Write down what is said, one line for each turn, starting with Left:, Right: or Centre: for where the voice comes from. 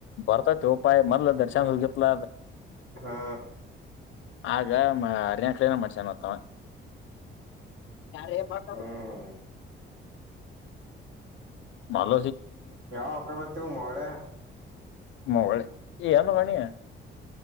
Left: ಭರ್ತತ ಉಪಾಯ ಮೊದಲು ದರ್ಶನಸಲ
Right: ಹಾ
Left: ಆಗ ಮ ಅರಣ್ಯ ಕಳ ಮಾಡ್ಸನ್ ಮತ್ತವ ಯಾರೆ ಎ ಬತ್ತ
Right: ಹ್ಮ್
Left: ಮಲ
Right: ಯಾವ ಹಕ ಮ ತ ಮಾಡ ಹ
Left: ಮೊಲೆ ಅನು ಬಣಿಯ